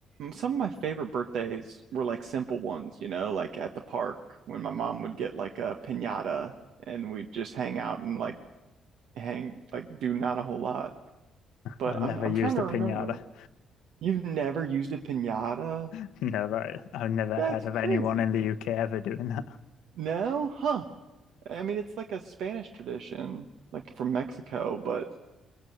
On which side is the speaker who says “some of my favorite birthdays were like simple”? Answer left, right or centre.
Right